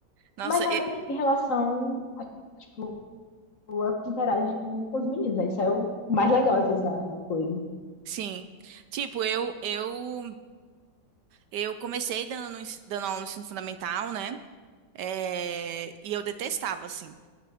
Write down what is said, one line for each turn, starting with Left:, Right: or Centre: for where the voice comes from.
Right: Nossa,
Left: Mas não
Right: e-
Left: é nem em relação a tipo, ela interage com, com os meninos, né? Isso é o mais legal, às vezes, da, da coisa.
Right: sim. Tipo, eu eu eu comecei dando, no ens- dando aula no ensino fundamental, né? É, e eu detestava, assim.